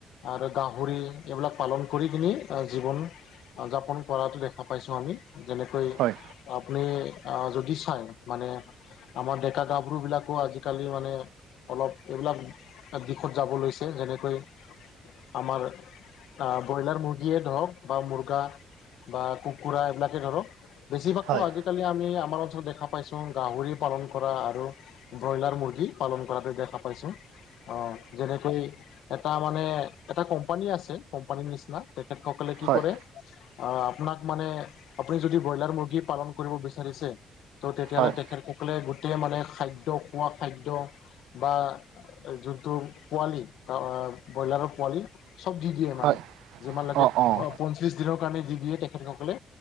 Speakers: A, on the left; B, on the right.
A: আৰু গাহৰি এইবিলাক পালন কৰি কিনি জীৱন- যাপন কৰাটো দেখা পাইছোঁ আমি। যেনেকৈ
B: হয়
A: আপুনি যদি চায় মানে- আমাৰ ডেকা গাবৰুবিলাকো আজিকালি মানে অলপ এইবিলাক- দিশত যাব লৈছে, যেনেকৈ আমাৰ- আহ ব্ৰইলাৰ মুৰ্গীয়ে ধৰক বা মুৰ্গা বা কুকুৰা এইবিলাকেই ধৰক। বেছিভাগতো
B: হয় হয়
A: আজিকালি আমি আমাৰ অঞ্চলত দেখা পাইছোঁ গাহৰি পালন কৰা আৰু- ব্ৰইলাৰ মুৰ্গী পালন কৰাত দেখা পাইছোঁ। যেনেকৈ- তাৰ মানে এটা কোম্পানী আছে কোম্পানীৰ নিচিনা, তেখেতসকলে কি
B: হয় হয়
A: কৰে- অঁ আপোনাক মানে আপুনি যদি ব্ৰইলাৰ মুৰ্গী পালন কৰিব বিচাৰিছে- ত' তেতিয়াহ'লে
B: হয়
A: তেখেতসকলে গোটেই মানে খাদ্য খোৱা খাদ্য বা- যোনটো পোৱালি আহ - ব্ৰইলাৰৰ পোৱালি চব দি দিয়ে মানে
B: হয়
A: যিমান লৈকে-
B: অঁ অঁ
A: পঞ্চলিশ দিনৰ কাৰণে যি দিয়ে তেখেতসকলে,